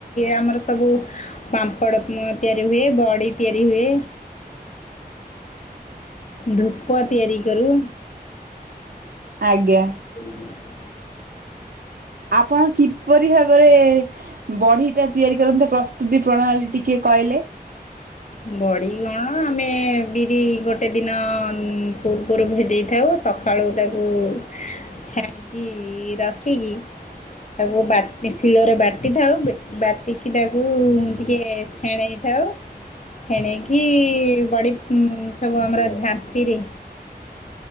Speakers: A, on the left; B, on the right.
A: ଆମର ସବୁ ପାମ୍ପଡ଼ ତିଆରି ହୁଏ, ବଡି ତିଆରି ହୁଏ। ଧୂପ ତିଆରି କରୁ।
B: ଆଜ୍ଞା।
A: ହ ହ
B: ଆପଣ କିପରି ଭାବରେ ବଢି ଟା ତିଆରି କରନ୍ତେ ପ୍ରସ୍ତୁତି ପ୍ରଣାଳୀ ଟିକେ କହିଲେ?
A: ବଡ଼ିଗଣ ଆମେ ବିରି ଗୋଟେ ଦିନ ପୂର୍ବରୁ ଭେଜାଇଥାଉ ସଖା ସଖାଳୁ ତାକୁ ଛାଣିକି ରଖିକି ତାକୁ ବାଟି ଶିଳରେ ବାଟି ଥାଉ ବାଟିକି ତାକୁ ଟିକେ ଫେଣେଇଥାଉ। ଫେଣକି ବଡ଼ି ସବୁ ଆମର ଝାମ୍ପିରେ